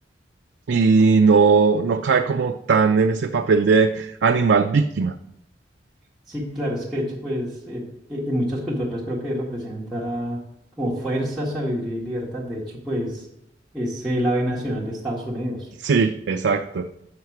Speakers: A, on the right; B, in the centre.
A: y no, no cae como tan en ese papel de animal víctima.
B: Sí, claro, es que de hecho, pues eh, eh, en muchas culturas creo que representa como fuerza, sabiduría y libertad. De hecho, pues es el ave nacional de Estados Unidos.
A: Sí, exacto.